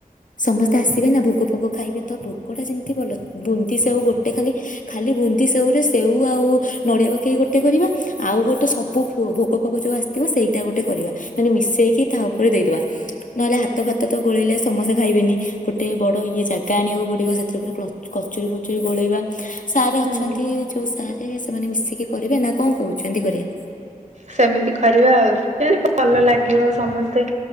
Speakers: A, on the left (about 60°); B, on the right (about 55°).
A: ସମସ୍ତେ
B: ହୁଁ
A: ଆସିବେ ନା ଭୋଗ ଫୋଗ ଖାଇବେ ତ ଭୋଗଟା ଯେମିତି ଭଲ ବୁନ୍ଦି ସେଉ ଗୋଟେ ଖାଲି ଖାଲି ବୁନ୍ଦି ସେଓ ରେ ସେଉ ଆଉ ନଡିଆ ପକେଇ ଗୋଟେ କରିବା ଆଉ ଗୋଟେ ସବୁ ଭୋଗ ଫୋଗ ଯୋଉ ଆସିିବ ସେଇଟା ଗୋଟେ କରିବା ମିଶେଇକି ତା ଉପରେ ଦେଇଦବା ନହେଲେ ହାତ ଫାତ ତ ଗୋଳେଇଲେ ସମସ୍ତେ ଖାଇବେନି ଗୋଟେ ବଡ ଇଏ ଜାଗା ଆଣିବାକୁ ପଡିବ ସେଥିରେ ଗ କଚୁରୀ ଫଚୁରୀ ଗୋଳେଇବା ସାର୍ ଅଛନ୍ତି
B: ହୁଁ
A: ଯୋଉ ସାରେ ସେମାନେ ମିଶିକି କରିବେ ନା କଣ କହୁଛନ୍ତି କରିବା।
B: ସେମିତି କରିବା ଆଉ। ଭଲ ଲାଗିବ ସମସ୍ତେ